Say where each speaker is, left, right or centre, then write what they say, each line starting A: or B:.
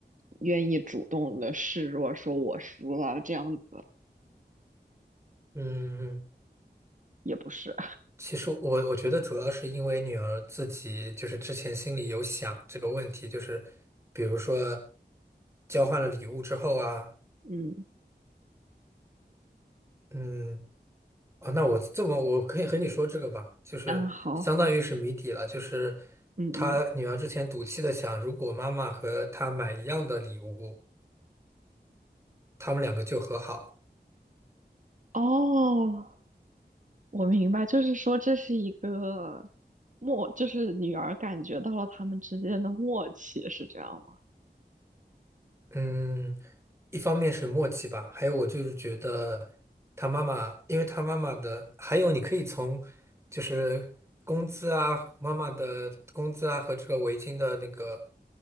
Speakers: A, on the right (about 45°); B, on the right (about 15°).
A: 愿意主动的示弱，说我输了这样子，
B: 嗯，
A: 也不是，
B: 其实我我觉得主要是因为女儿自己就是之前心里有想这个问题，就是比如说交换了礼物之后啊，
A: 嗯，
B: 嗯，哦，那我这么我可以和你说这个吧，就是相当于是谜底了，
A: 安好，
B: 就是
A: 嗯嗯，
B: 她女儿之前赌气的想，如果妈妈和她买一样的礼物，他们两个就和好。
A: 哦。我明白，就是说这是一个默，就是女儿感觉到了他们之间的默契，是这样吗？
B: 嗯，一方面是默契吧，还有我就是觉得他妈妈，因为他妈妈的，还有你可以从就是工资啊，妈妈的工资啊和这个围巾的那个